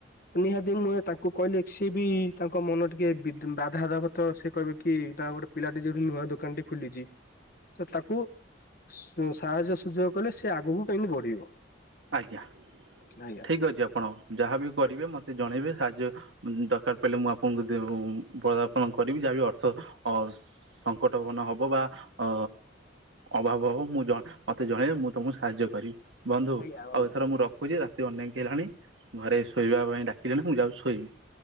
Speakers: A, on the left (about 50°); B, on the right (about 80°).
A: ନିହାତି ମୁଁ ଏ ତାଙ୍କୁ କହିଲେ ସିଏ ବି ତାଙ୍କ ମନ ଟିକେ ବିଦୃ ବା ଧା ଦାବତ ସେ କହିବେ କି <unintelligible> ଗୋଟେ ପିଲାଟି ଯୋଉଠି ନୂଆ ଦୋକାନ ଟେ ଖୋଲିଚି ତ ତାକୁ ସାହାଯ୍ୟ ସୁଯୋଗ କଲେ ସେ ଆଗକୁ କେମିତି ବଢିବ।
B: ଆଜ୍ଞା
A: ଆଜ୍ଞା
B: ଠିକ୍ ଅଛି ଆପଣ ଯାହାବି କରିବେ ମୋତେ ଜଣେଇବେ। ସାହାଯ୍ୟ ଦରକାର ପଡ଼ିଲେ ମୁଁ ଆପଣଙ୍କୁ ଦେ- ହଉ ପଦାର୍ପଣ କରିବି ଯାହାବି ଅର୍ଥ ଅ, ସଙ୍କଟନ ପୂର୍ଣ୍ଣ ହବ ବା ଅ, ଅଭାବ ହବ ମୁଁ ଜ- ମୋତେ ଜଣେଇବେ ମୁଁ ତୋମକୁ ସାହାଯ୍ୟ କରିବି। ବନ୍ଧୁ
A: ଆଜ୍ଞା
B: ଆଉ
A: ବନ୍ଧୁ
B: ଏଥର ମୁଁ ରଖୁଚି ରାତି ଅନେକ ହେଲାଣି ଘରେ ଶୋଇବା ପାଇଁ ଡାକିଲେଣି ମୁଁ ଯାଉଛି ଶୋଇବି।